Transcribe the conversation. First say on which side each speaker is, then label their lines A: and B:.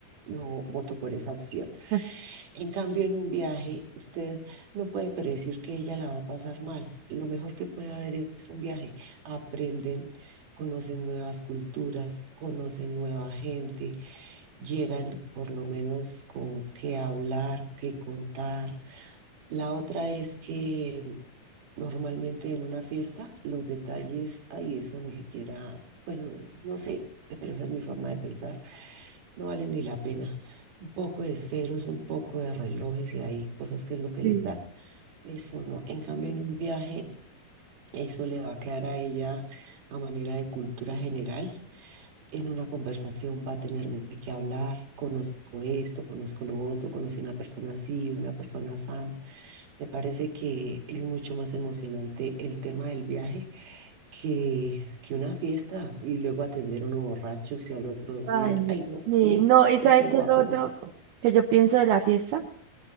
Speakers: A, on the right (about 60°); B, on the right (about 80°).
A: no voto por esa opción.
B: <laughs>
A: En cambio, en un viaje, usted no puede predecir que ella la va a pasar mal. Lo mejor que puede haber es un viaje. Aprenden, conocen nuevas culturas, conocen nueva gente, llegan por lo menos con qué hablar, qué contar. La otra es que Normalmente en una fiesta los detalles, ahí eso ni siquiera, bueno, no, no sé, pero esa es mi forma de pensar, no vale ni la pena. Un poco de esferos, un poco de relojes y hay cosas que es lo que
B: Sí.
A: les dan. Eso no. En cambio, en un viaje, eso le va a quedar a ella a manera de cultura general. En una conversación va a tener de qué hablar, conozco esto, conozco lo otro, conocí una persona así, una persona así. Me parece que es mucho más emocionante el tema del viaje que, que una fiesta y luego atender a uno borracho y al otro día,
B: Ay,
A: ay
B: sí,
A: no, a mí
B: no, ¿y
A: eso
B: sabes
A: no
B: qué
A: va
B: es lo
A: conmigo.
B: otro que yo pienso de la fiesta?